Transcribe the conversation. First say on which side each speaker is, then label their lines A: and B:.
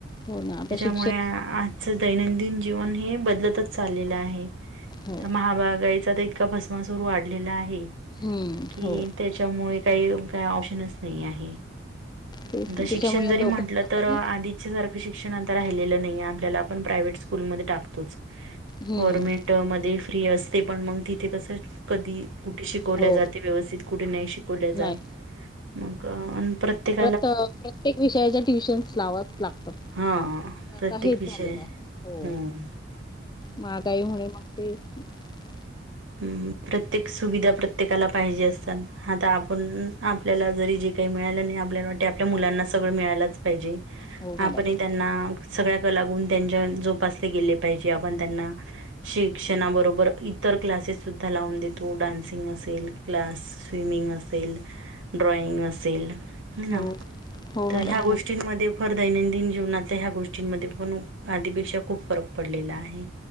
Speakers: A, on the left (about 20°); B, on the right (about 85°).
A: हो ना, आप शिक
B: त्यामुळे आजचं दैनंदिन जीवन हे बदलतच चाललेलं आहे.
A: हो
B: तर महाबागाईचा तर इतका भस्मासुर वाढलेला आहे
A: हम्म
B: की
A: हो
B: त्याच्यामुळे काही काही ऑप्शनच नाही आहे.
A: तेच
B: आता
A: ना, त्याच्यामुळे
B: शिक्षण
A: या
B: जरी
A: दोघांना
B: म्हटलं, तर
A: पण
B: आधीच्यासारखं शिक्षण आता राहिलेलं नाहीये आपल्याला, आपण प्राव्हेट स्कुलमध्ये टाकतोच.
A: हम्म
B: गव्हरमेंट मध्ये फ्री असते, पण मग तिथे कसं कधी कुठे शिकवल्या
A: हो
B: जाते व्यवस्थित, कुठे नाही शिक वले जात.
A: नाही
B: मग प्रत्येक
A: तर प्रत्येक विषयाच्या ट्युशन्स लावाव्याच लागतात. त
B: हा
A: आता
B: प्रत्येक
A: हेच
B: विषय
A: झालं का? हो.
B: हम्म
A: मागाईमुळे मग ते <unintelligible>
B: हम्म. प्रत्येक सुविधा प्रत्येकाला पाहिजे असतात, आता आपण आपल्याला जरी जे काही मिळालं नाही आपल्याला वाटे, आपल्या मुलांना सगळं मिळायलाच पाहिजे.
A: हो मॅडम
B: आपणही त्यांना सगळ्याक लागून त्यांच्या जोपासले गेले पाहिजे. आपण त्यांना शिक्षणाबरोबर इतर क्लासेससुद्धा लावून देतो, डान्सिंग असेल क्लास, स्विमिंग असेल, ड्रॉइंग असेल. हॊ ना.
A: हो हो
B: तर
A: मॅडम
B: ह्या गोष्टींमध्ये फर दैनंदिन जीवनातल्या ह्या गोष्टींमध्ये पण आधीपेक्षा खूप फरक पडतो. पडलेला आहे.